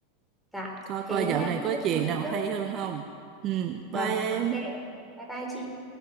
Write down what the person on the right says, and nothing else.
coi
coi
dạo này
có
chuyện
nào
hay hơn không ừ
bye em